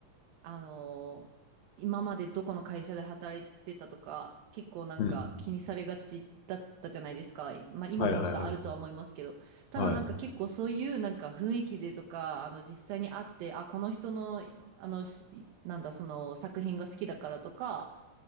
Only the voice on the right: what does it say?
あのー今までどこの会社で働いてたとか、結構なんか気にされがちだったじゃないですか。
まあ今もまだあるとは思いますけど、
ただなんか結構そういうなんか雰囲気でとか、
あの実際に会って、あ、この人の、あの、しなんだ、その作品が好きだからとか、